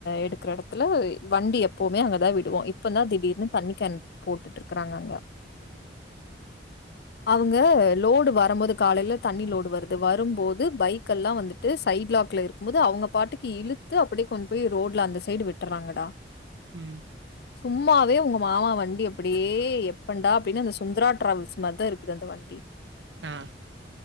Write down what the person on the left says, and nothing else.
எடுக்கற எடத்துல வண்டி எப்பவுமே அங்கதா விடுவோ இப்பதா திடீர்னு தண்ணிக்கேன் போட்டுட்ருக்கறாங்க அங்க
அவங்க லோடு வரம்போது காலைல தண்ணி லோடு வருது வரும்போது பைக் க்கல்லா வந்துட்டு சைட் லாக்ல இருக்கும் போது அவங்க பாட்டுக்கு இழுத்து அப்டியே கொண்டு போய் ரோட்ல அந்த சைடு விட்டறாங்கடா
சும்மாவே உங்க மாமா வண்டி அப்படியே எப்பண்டா அப்டின்னு அந்த சுந்தரா டிராவல்ஸ் மாதிரி தா இருக்குது அந்த வண்டி